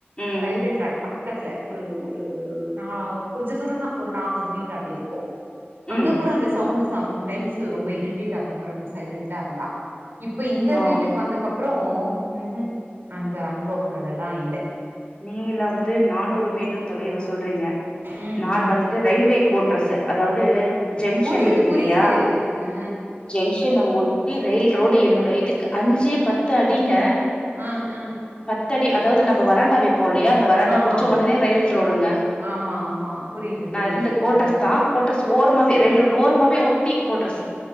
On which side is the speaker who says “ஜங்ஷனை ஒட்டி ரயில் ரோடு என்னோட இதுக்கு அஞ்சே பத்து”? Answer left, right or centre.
Left